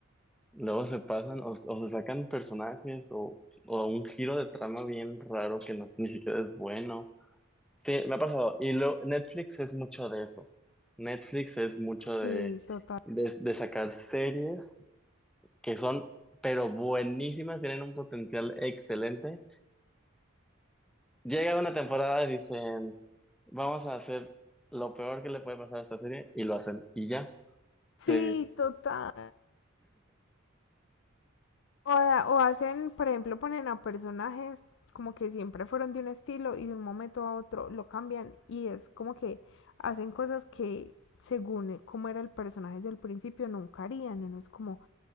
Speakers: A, in the centre; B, on the left (about 60°).
A: luego se pasan o, o se sacan personajes o, o un giro de trama bien raro que no, ni siquiera es bueno. Sí, me ha pasado. Y lo, Netflix es mucho de eso. Netflix es mucho de,
B: Sí, total.
A: de, de sacar series que son, pero buenísimas, tienen un potencial excelente. Llega una temporada y dicen, vamos a hacer lo peor que le puede pasar a esta serie, y lo hacen, y ya.
B: Sí,
A: Sí,
B: total. O, da- o hacen, por ejemplo, ponen a personajes como que siempre fueron de un estilo y de un momento a otro lo cambian y es como que hacen cosas que según cómo era el personaje desde el principio nunca harían. Uno es como,